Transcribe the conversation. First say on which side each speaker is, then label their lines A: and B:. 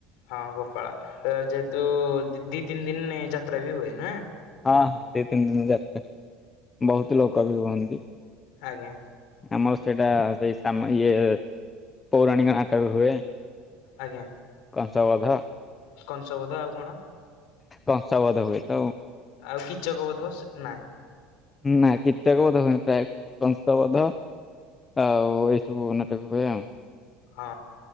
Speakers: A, on the left; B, on the left.
A: ହଁ ଗୋପାଳ ଯେହେତୁ ଦି ତିନି ଦିନି ଯାତ୍ରାବି ହୁଏନା।
B: ହଁ ହଁ ଦି ତିନି ଦିନି ଯାତ୍ରା ବହୁତ ଲୋକବି ହୁଅନ୍ତି।
A: ଆଜ୍ଞା।
B: ଆମର ସେଇଟା ସେଇ ଆମର ଇଏ ପୌରାଣିକ ନାଟକ ହୁଏ।
A: ଆଜ୍ଞା
B: କଂସବଧ
A: କଂଶବଦ୍ଧ ଆଉ କଣ?
B: କଂସବଦ୍ଧ ହୁଏ। ତ
A: ଆଉ କିଚକବୋଧ ସେ ନାଇଁ
B: ନାଇଁ କିଚକ ବୋଧ ହୁଏନି ପ୍ରାୟ କଂସ ବୋଧ। ଆଉ ଏଇ ସବୁ ନାଟକ ହୁଏ ଆଉ
A: ହଁ